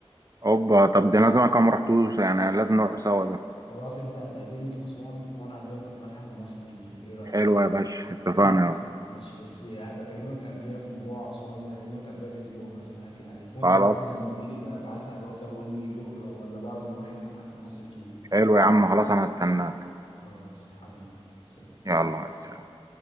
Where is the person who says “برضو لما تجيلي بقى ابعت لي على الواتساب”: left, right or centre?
Left